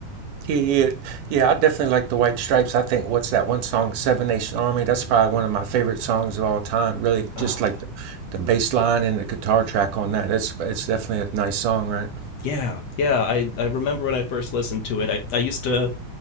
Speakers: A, on the right; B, on the left.
A: Yeah, yeah, yeah. I definitely like the White Stripes. I think what's that one song, Seven Nation Army? That's probably one of my favorite songs of all time. Really,
B: Oh
A: just like the, the bass line and the guitar track on that. It's it's definitely a nice song, right?
B: yeah, yeah. I I remember when I first listened to it. I I used to